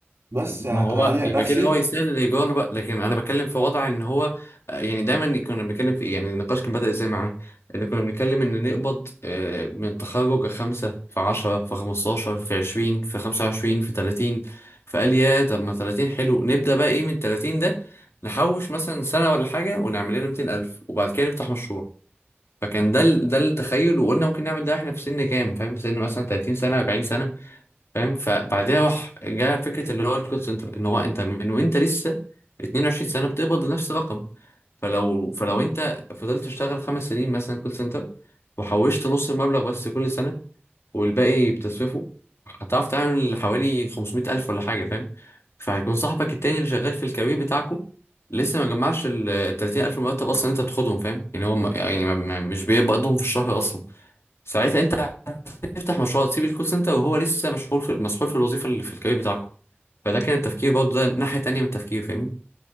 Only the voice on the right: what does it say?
بس
ه-
ههيئ
نفسي